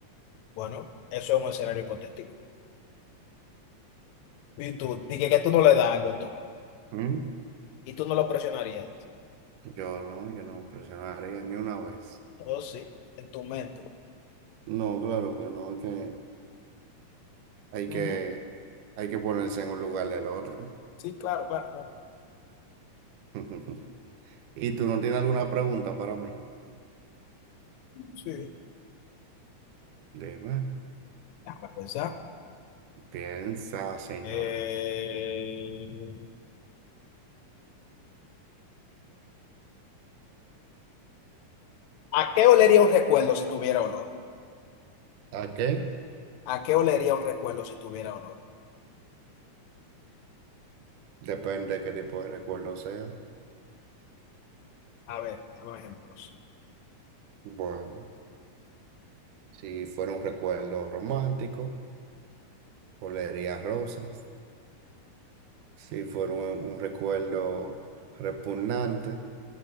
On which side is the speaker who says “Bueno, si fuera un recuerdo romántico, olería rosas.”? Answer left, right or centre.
Right